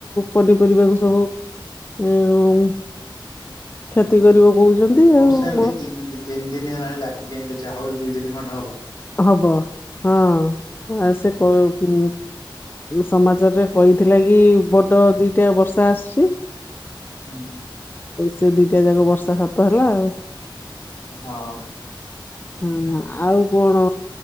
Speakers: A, on the left; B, on the left.
A: ପନିପରିବାକୁ ସବୁ ଉ କ୍ଷେତି କରିବ କହୁଛନ୍ତି
B: ବର୍ଷା
A: ଆଉ।
B: ତିନି
A: ମ-
B: ଦିନ ତିନ ଦିନୀ ହେଲାଣି ଲାଗିକି ଏମିତି ଅଛି ଆହୁରି ଦି ଦିନ ଖଣ୍ଡେ ହବ।
A: ହବ ହଁ ଆ ସେ କ କୁ ସମାଚାରରେ କହିଥିଲା କି ବଡ ଦିଟା ବର୍ଷା ଆସିଛି।
B: ହୁଁ।
A: ସେ ଦିଟା ଯାକ ବର୍ଷା ସତ ହେଲା ଆଉ।
B: ହଁ।
A: ହଁ ଆଉ କଣ?